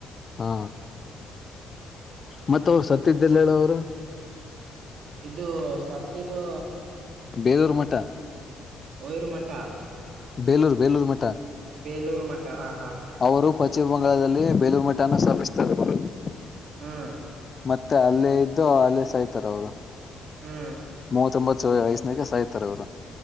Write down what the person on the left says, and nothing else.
ಹಾ ಮತ್ತ್ ಅವ್ರ ಸ ಗತ್ತಿದ್ದಲ್ಲೇಣ ಅವ್ರು
ಬೇದೂರು ಮಠ
ಬೇಲೂರು ಬೇಲೂರು ಮಠ.
ಅವರು ಪಶ್ಚಿಮ ಬಂಗಾಳದಲ್ಲಿ ಬೇಲೂರು ಮಟ್ಟನ ಸ್ಥಪಿಸ್ತ ಬರುದು <inaudible>
ಮತ್ತೆ ಅಲ್ಲೇ ಇದ್ದು ಅಲ್ಲೇ ಸಾಯ್ತಾರ ಅವರು.
ಮೂವತ್ತೊಂಬತ್ತು ವಯಸ್ಸನಾಗ್ ಸಾಯ್ತಾರೆ ಅವ್ರು.